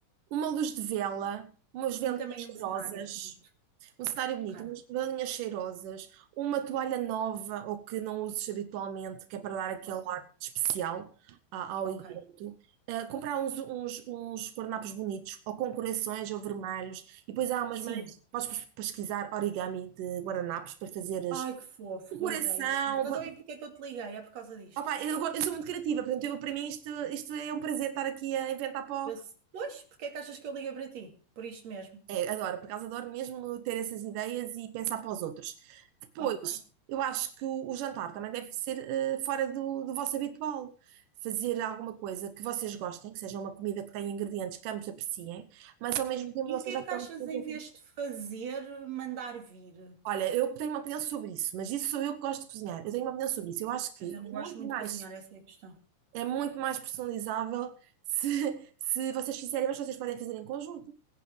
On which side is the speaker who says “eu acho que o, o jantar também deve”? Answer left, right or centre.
Right